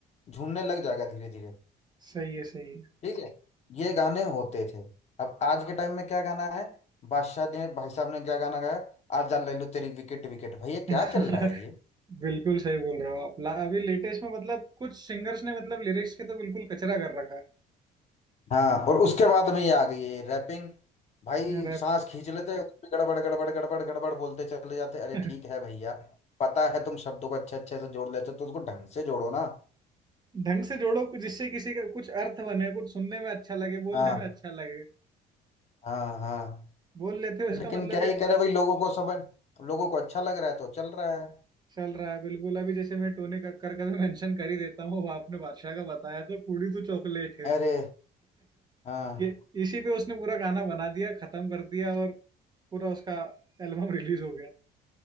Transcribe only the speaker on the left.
झूमने लग जाएगा धीरे धीरे
ठीक है ये गाने होते थे अब आज के टाइम में क्या गाना है बादशाह ने भाई साहब ने क्या गाना गाया आजा ले लो तेरी विकेट विकेट भैया क्या
चल रहा है ये
हाँ और उसके बाद में ये आ गई है रैपिंग भाई
सांस खींच लेते हैं, उसमें गड़बड़ गड़बड़ गड़बड़ गड़बड़ बोलते चले जाते अरे
ठीक है भैया पता है तुम शब्दों को अच्छे अच्छे से जोड़ लेते हो तो उसको ढंग से जोड़ो ना
हाँ
हाँ हाँ
लेकिन
क्या
ही करे भाई लोगों को समझ लोगों को अच्छा लग रहा है तो चल रहा है
अरे हाँ